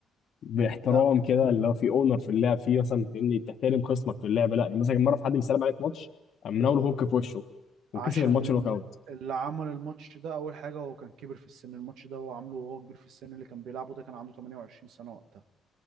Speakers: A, on the left (about 60°); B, on the right (about 80°).
A: باحترام
B: لا
A: كده اللي هو في اونر في اللعب فيه مثلا فاهمني تحترم خصمك في اللعب لا يعني مثلا كان مره في حد بيسلم عليك ماتش قام مناول
B: اه
A: هوك في وشه وكسب
B: عشان
A: الماتش نوك
B: ال-
A: اوت
B: اللي عمل الماتش ده اول حاجه هو كان كبر في السن الماتش ده هو عامله وهو كبير في السن اللي كان بيلعبه ده كان عنده 28 سنه وقتها